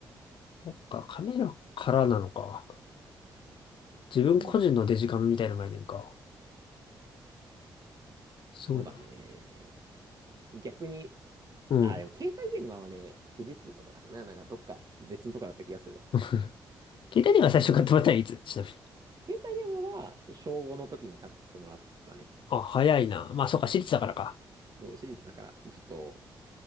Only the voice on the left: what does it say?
そっか、カメラからなのか。自分個人のデジカメみたいな概念か。
すごいな。
うん。
<laughs> 携帯電話最初買ってもらったのいつちなみに。
あ、早いな。まあ、そっか、私立だからか。